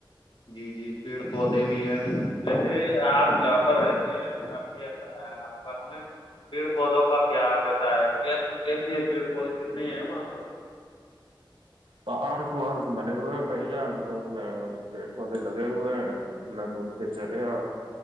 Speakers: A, on the left (about 80°); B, on the right (about 75°).
A: جی جی پیڑ پودے بھی ہیں ویسے آپ جہاں پر رہتے ہیں آپ کے آس پاس میں پیڑ پودوں کا کیا ویسا ہے کیسے کیسے ہیں پیڑ پودے کتنے ہیں وہاں پر
B: پارک وارک بنے ہوئے ہیں بھیا میں پیڑ پودے لگے ہوئے ہیں میں گھوم کے چلے آؤں